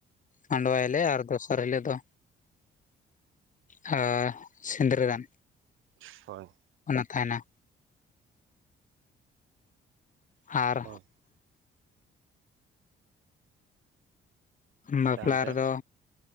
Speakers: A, on the left (about 40°); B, on the right (about 85°).
A: ᱢᱟᱸᱰᱣᱟᱭᱟᱞᱮ, ᱟᱨ ᱫᱚᱥᱟᱨ ᱦᱤᱞᱳᱜ ᱫᱚ ᱦᱟᱻ ᱥᱤᱸᱫᱽᱨᱟᱹ ᱫᱟᱱ
B: ᱦᱳᱭ ᱾
A: ᱚᱱᱟ ᱛᱟᱦᱮᱱᱟ ᱾ ᱟᱨ
B: ᱦᱳᱭ
A: ᱵᱟᱯᱞᱟ
B: ᱛᱟᱭᱚᱢ ᱛᱮ
A: ᱨᱮᱫᱚ